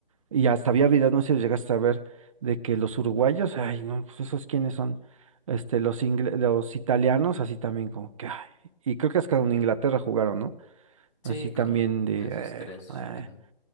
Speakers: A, on the right; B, on the left.
A: Y hasta había videos, no sé si llegaste a ver, de que los uruguayos, ay, no, pues esos quiénes son, este, los ingle- los italianos, así también como que, ay. Y creo que hasta con Inglaterra jugaron, ¿no?
B: Sí,
A: Así
B: con,
A: también de,
B: con esos
A: eh,
B: tres
A: eh.
B: fueron.